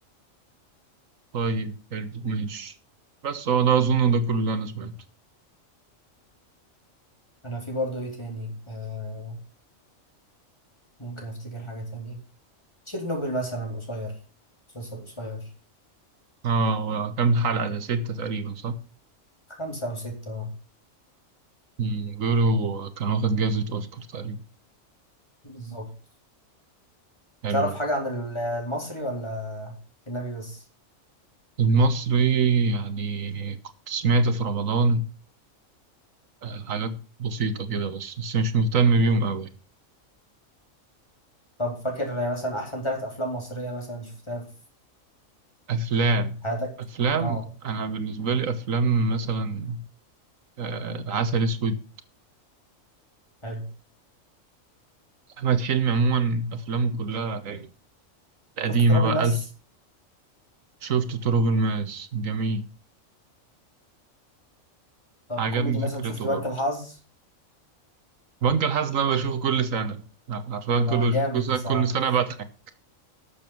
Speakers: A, on the right; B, on the left.
A: طيب حلو ماشي بس هو ده أظن ده كل اللي أنا سمعته
B: انا في برضه ايه تاني آه ممكن افتكر حاجة تانية تشيرنوبل مثلا القصير مسلسل قصير
A: آه هو كام حلقة ده ستة تقريبا صح؟
B: خمسة او ستة اه
A: مم، بيقولوا كان واخد جائزة أوسكار تقريبا
B: بالظبط
A: حلو
B: تعرف
A: ده
B: حاجة عن ال- المصري ولا الأجنبي بس
A: المصري يعني كنت سمعت في رمضان آه، حاجات بسيطة كده بس بس مش مهتم بيهم أوي
B: طب فاكر مثلا احسن ثلاث افلام مصريه مثلا شفتها في
A: أفلام
B: حياتك
A: أفلام
B: اه
A: أنا بالنسبة لي أفلام مثلا آه، عسل أسود
B: حلو
A: أحمد حلمي عموما أفلامه كلها حلوة القديمة
B: شفت تراب
A: بقى
B: الماس
A: ألف شفت طرق الماس جميل
B: طب
A: عجبني
B: كوميدي مثلا
A: فكرته
B: شفت بنك
A: برضه
B: الحظ
A: بنك الحظ ده بشوفه كل سنة عارفين
B: لا
A: كل
B: جامد
A: كل سنة
B: بصراحه
A: كل سنة بضحك